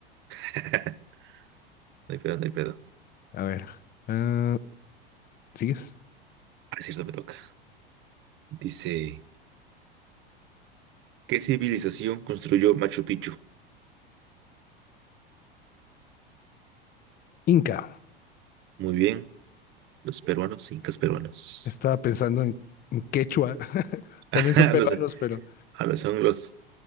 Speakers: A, on the right; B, on the left.
A: <laughs> No hay pedo, no hay pedo.
B: A ver. ah, ¿sigues?
A: Ah, es cierto, me toca. Dice, ¿qué civilización construyó Machu Picchu?
B: Inca.
A: Muy bien, los peruanos, incas peruanos.
B: Estaba pensando en, en quechua. <laughs>
A: <laughs>
B: También son peruanos,
A: No sé,
B: pero
A: ahora son los...